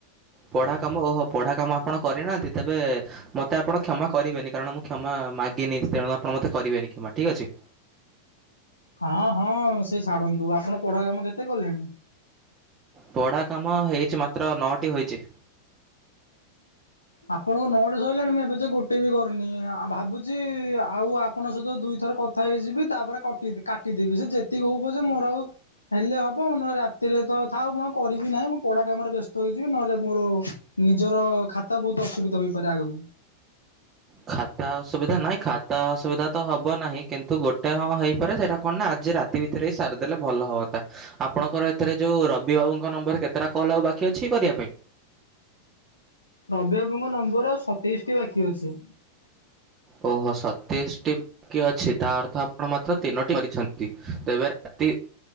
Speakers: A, on the right; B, on the left.
A: ପଢ଼ା କାମ ଓହୋ ପଢ଼ା କାମ ଆପଣ କରିନାହାଁନ୍ତି ତେବେ ମୋତେ ଆପଣ କ୍ଷମା କରିବେନି କାରଣ ମୁଁ କ୍ଷମା ମାଗିନି ତେଣୁ ଆପଣ ମୋତେ କରିବେନି କ୍ଷମା ଠିକ୍ ଅଛି
B: ହଁ ହଁ ସେ ଛାଡନ୍ତୁ ଆପଣ ପଢା କାମ କେତେ କଲେଣି?
A: ପଢ଼ା କାମ ହେଇଚି ମାତ୍ର ନଅଟି ହୋଇଚି।
B: ଆପଣଙ୍କ ନୋଟ୍ ସଇଲାଣି ମୁଁ ଏବେ ଯାଏ ଗୋଟେ ବି କରିନି ଆଉ ଭାବୁଚି ଆଉ ଆପ୍ ଆପଣଙ୍କ ସହିତ ଦୁଇଥର କଥା ହେଇଯିବି ତାପରେ କଟି କାଟିଦେବି ସେ ଯେତିକି ହବ ପଛେ ମୋର ଆଉ ହେଲେ ହବ ନହେଲେ ରାତିରେ ତ ଥାଉ ମୁଁ କରିବି ନାହିଁ ମୁଁ ପଢା କାମରେ ବ୍ୟସ୍ତ ହେଇଯିବି ନହେଲେ ମୋର ନିଜର ଖାତା ବହୁତ ଅସୁବିଧ ହେଇପାରେ ଆଗକୁ
A: ଖାତା ଅସୁବିଧା ନାହିଁ ଖା ତ ଅସୁବିଧା ତ ହବ ନାହିଁ କିନ୍ତୁ ଗୋଟେ ହଁ ହେଇପାରେ ସେଇଟା କଣ ନା ଆଜି ରାତି ଭିତରେ ହି ସାରିଦେଲେ ଭଲ ହୁଅନ୍ତା। ଆପଣଙ୍କର ଏଥିରେ ଯୋଉ ରବି ବାବୁଙ୍କ ନମ୍ବର କେତେଟା କଲ୍ ଆଉ ବାକି ଅଛି କରିବା ପାଇଁ?
B: ରବି ବାବୁଙ୍କ ନମ୍ବର ଆଉ ସତେଇଶ ଟି ବାକି ଅଛି।
A: ଓହୋ ସତେଇଶି ଟି କି ଅଛି ତା ଅର୍ଥ ଆପଣ ମାତ୍ର ତିନୋଟି କରିଛନ୍ତି ତେବେ ପାତି